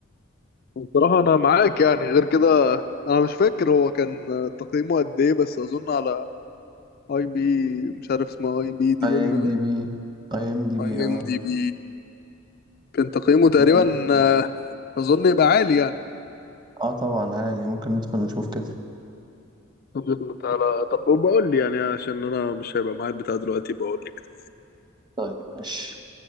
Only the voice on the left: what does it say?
بصراحة أنا معاك يعني غير كده أنا مش فاكر هو كان تقييمه قد إيه بس أظن على أي بي مش عارف اسمها أي بي دي
إم
باين
أي
إم دي بي كان تقييمه
تقريبا آه، أظن يبقى عالي يعني
طب تعالى طب بقول لي يعني عشان أنا مش هيبقى معايا البتاع دلوقتي بقول لي كده